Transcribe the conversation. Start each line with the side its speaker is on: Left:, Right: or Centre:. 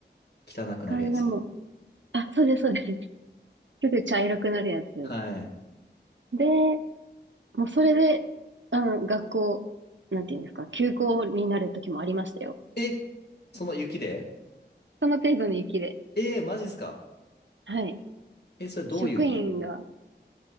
Left: 汚くなるやつ。
Right: あれでも、あ、そうです、そうです。すぐ茶色くなるやつ。
Left: はい。
Right: で、もうそれで、あの、学校、なんていうんですか、休校になる時もありましたよ。
Left: え、その雪で
Right: その程度の雪で。
Left: えー、マジっすか
Right: はい。
Left: え、それどういう理由
Right: 職員が、